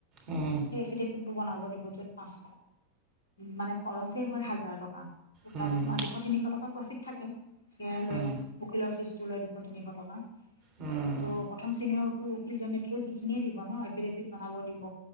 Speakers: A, on the right; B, on the left.
A: উম
B: এ এফিদ এফিদ টো বনাব দিব য'ত পাঁচশ মানে খৰচেই হয় হাজাৰ টকা ত
A: উম
B: তাত তোমাৰ দুশ তিনিশ টকাত থাকে সেয়াই লয়
A: উম
B: উকিলৰ ফিচ জুলাই দুশ তিনিশ টকা
A: উম
B: ত' প্ৰথম শ্ৰেণীঅৰ ওপ কিজামেট্ৰি সেইখিনিয়ে দিব ন এফিডেভিট বনাব দিব